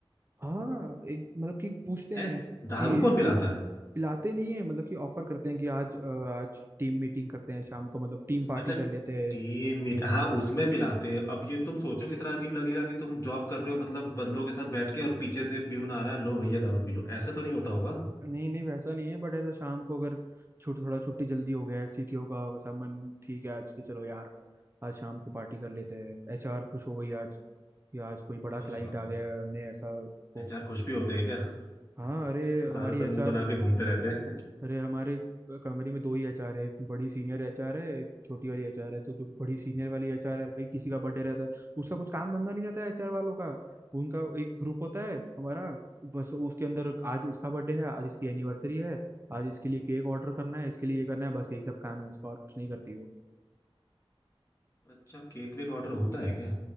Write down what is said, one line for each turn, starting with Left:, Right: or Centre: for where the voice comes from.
Right: हाँ एक मतलब कि पूछते
Left: है
Right: हैं
Left: दारू
Right: कि
Left: कौन पिलाता है
Right: पिलाते नहीं है मतलब कि ऑफर करते हैं कि आज अ, आज टीम मीटिंग करते हैं शाम को मतलब टीम पार्टी
Left: अच्छा
Right: कर लेते हैं
Left: टीम मीट हाँ उसमें पिलाते हैं अब ये तुम सोचो कितना अजीब लगेगा कि तुम जॉब कर रहे हो मतलब बंदों के साथ बैठ के और पीछे से प्यून आ रहा है लो भैया दारू पी लो ऐसे तो नहीं होता होगा
Right: नहीं नहीं वैसा नहीं है बट ऐसा शाम को अगर छुट थोड़ा छुट्टी जल्दी हो गया है सीटीओ का वैसा मन ठीक है आज की चलो यार आज शाम को पार्टी कर लेते हैं एचआर खुश हो गई आज कि आज कोई बड़ा
Left: अरे
Right: क्लाइंट
Left: बाप
Right: आ गया
Left: रे
Right: है हमने ऐसा को
Left: एचआर खुश भी होते हैं क्या
Right: हाँ
Left: <laughs>
Right: अरे हमारी
Left: ज्यादातर
Right: एचआर
Left: मुंह बना के घूमते रहते हैं
Right: अरे हमारे कंपनी में दो ही एचआर है एक बड़ी सीनियर एचआर है एक छोटी वाली एचआर है तो जो बड़ी सीनियर वाली एचआर है भाई किसी का बर्थडे रहता है उसका कुछ काम धंधा नहीं रहता है एचआर वालों का उनका एक ग्रुप होता है हमारा बस उसके अंदर आज इसका बर्थडे है आज इसकी एनिवर्सरी है आज इसके लिए केक ऑर्डर करना है इसके लिए ये करना है बस यही सब काम है उसका और कुछ नहीं करती वो
Left: अच्छा केक वेक ऑर्डर होता है क्या